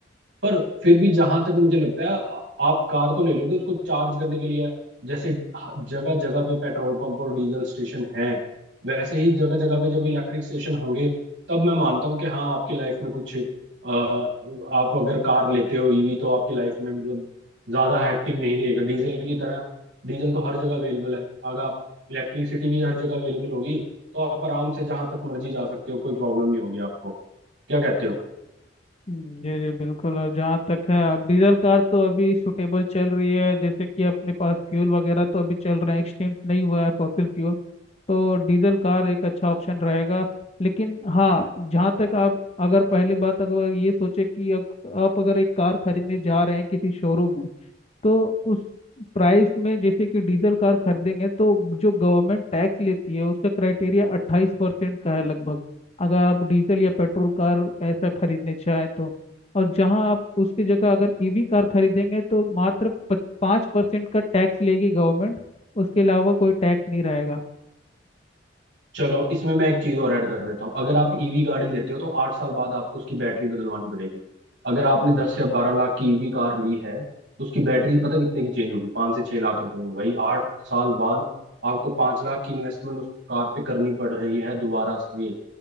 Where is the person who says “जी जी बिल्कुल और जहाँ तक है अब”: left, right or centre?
Left